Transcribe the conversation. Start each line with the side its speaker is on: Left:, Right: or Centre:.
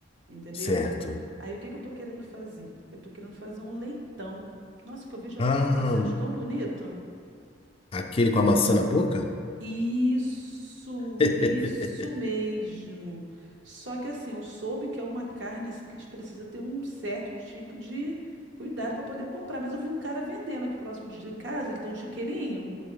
Right: entendeu?
Left: certo.
Right: Aí o que que eu tô querendo fazer? Eu tô querendo fazer um leitão. Nossa, que eu vejo as
Left: Ah,
Right: fotos assim, acho tão bonito.
Left: aquele com a maçã na boca?
Right: Isso,
Left: <laughs>
Right: isso mesmo. Só que assim, eu soube que é uma carne assim que a gente precisa ter um certo tipo de cuidado para poder comprar. Mas eu vi um cara vendendo aqui próximo de casa, ele tem um chiqueirinho,